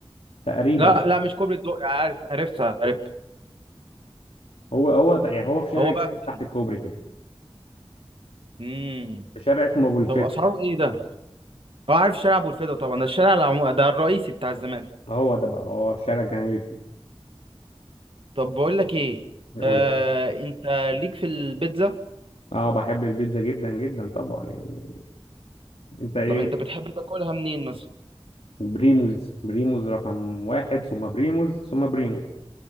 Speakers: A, on the left; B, on the right.
A: تقريبا
B: لا لا مش كوبري الدق عارف عرفت عرفت
A: هو هو ت- يعني هو في شارع
B: هو بقى
A: جنبي
B: فين
A: تحت الكوبري كده
B: امم
A: في شارع اسمه ابو الفتح
B: طب اسعاره ايه ده اه عارف شارع ابو الفدا طبعا ده الشارع العمو... ده الرئيسي بتاع الزمالك
A: هو ده بقى هو الشارع الجنبي فيه
B: طب بقول لك ايه
A: يقول
B: آه انت ليك في البيتزا
A: اه بحب البيتزا جدا جدا طبعا يعني انت ايه
B: طب انت بتحب تاكلها منين مثلا
A: بريموز بريموز رقم واحد ثم بريموز ثم بريموز